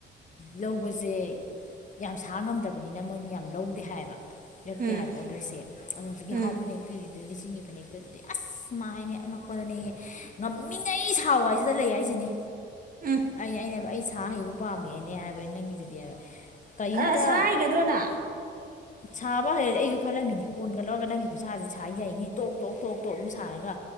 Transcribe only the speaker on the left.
ꯂꯧꯕꯁꯦ ꯌꯥꯝ ꯁꯥ ꯉꯝꯗꯕꯅꯤꯅ ꯃꯣꯏꯅ ꯌꯥꯝ ꯂꯧꯗꯦ ꯍꯥꯏꯌꯦꯕ ꯂꯩꯔꯛꯇꯦ
ꯍꯥꯏꯕ ꯑꯣꯔꯗꯔꯁꯦ ꯑꯅꯣ ꯍꯧꯖꯤꯛꯀꯤ
ꯍꯥꯎ ꯐꯅꯦꯛ ꯄꯤꯔꯤꯗꯨꯗꯤ ꯂꯤ ꯆꯤꯡꯒꯤ ꯐꯅꯦꯛ ꯄꯤꯕꯗꯤ ꯑꯁ ꯈꯣꯏꯃꯥ ꯍꯥꯏꯅꯦ ꯑꯉꯛꯄꯗꯅꯦ ꯉꯝꯃꯤꯉꯩ ꯁꯥꯎ ꯍꯥꯏꯁꯤꯗ ꯂꯩ ꯍꯥꯏꯁꯤꯅꯤ
ꯑꯩꯅ ꯑꯩꯅ ꯑꯩ ꯁꯥ ꯍꯩꯕ ꯄꯥꯝꯃꯛ ꯑꯦꯅꯦ ꯍꯥꯏꯕ ꯅꯪꯒꯤꯗꯨꯗꯤꯕ ꯀꯔꯤꯝꯇ
ꯁꯥꯕ ꯍꯩꯔꯗꯤ ꯑꯩꯁꯨ ꯈꯜꯂꯝꯃꯤꯅꯤ ꯀꯣꯟ ꯂꯧꯔꯒ ꯅꯪꯒꯤ ꯈꯨꯠꯁꯥꯁꯤꯗꯤ ꯁꯥ ꯌꯩꯅꯤ ꯇꯣꯛ ꯇꯣꯛ ꯇꯣꯛ ꯇꯣꯛ ꯑꯗꯨꯝ ꯁꯥꯔꯒ